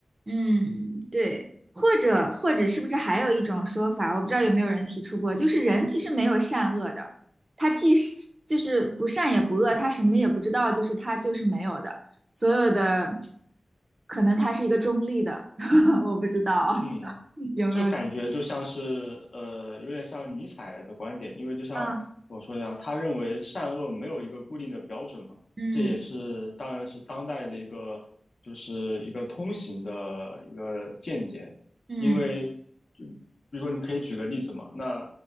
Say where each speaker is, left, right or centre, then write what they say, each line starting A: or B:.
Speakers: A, on the right; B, on the left.
A: 嗯，对，或者或者是不是还有一种说法，我不知道有没有人提出过，就是人其实没有善恶的，他既是就是不善也不恶，他什么也不知道，就是他就是没有的，所有的可能他是一个中立的，<laughs> 我不知道
B: 嗯，
A: 有没有。
B: 就感觉就像是呃，有点像尼采的观点，因为就像我说一样，
A: 嗯
B: 他认为善恶没有一个固定的标准嘛，
A: 嗯
B: 这也是当然是当代的一个就是一个通行的一个见解，
A: 嗯，
B: 因为就比如说你可以举个例子嘛，那